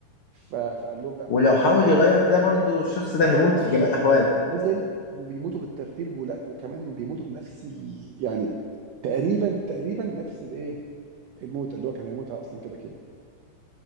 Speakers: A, on the right; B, on the left.
A: ف- فقال لهم لا ما
B: ولو
A: تركبوش
B: حاول يغير ده برضو الشخص ده
A: اه
B: هيموت في
A: و-
B: جميع الأحوال
A: و- ونزل وبيموتوا بالترتيب ولا وكمان بيموتوا بنفس ال... يعني تقريبا تقريبا نفس الايه الموتة اللي هو كان هيموتها اصلا كده كده